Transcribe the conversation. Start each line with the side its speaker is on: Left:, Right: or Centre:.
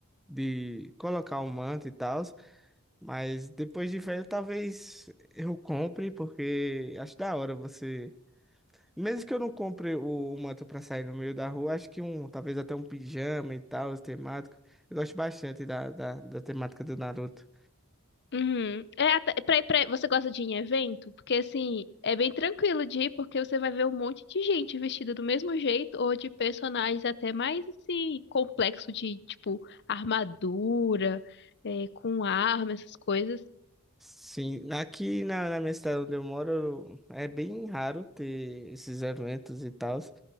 Centre: de colocar o manto e tal. Mas depois de velho, talvez eu compre, porque acho da hora você. Mesmo que eu não compre o, o manto pra sair no meio da rua, acho que um, talvez até um pijama e tal, os temáticos. Eu gosto bastante da, da, da temática do Naruto.
Left: Uhum. É, até- pra, pra, você gosta de ir em evento? Porque assim, é bem tranquilo de ir, porque você vai ver um monte de gente vestida do mesmo jeito, ou de personagens até mais assim, complexo de tipo armadura, é, com arma, essas coisas.
Centre: Sim, aqui na, na minha cidade onde eu moro, é bem raro ter esses eventos e tal.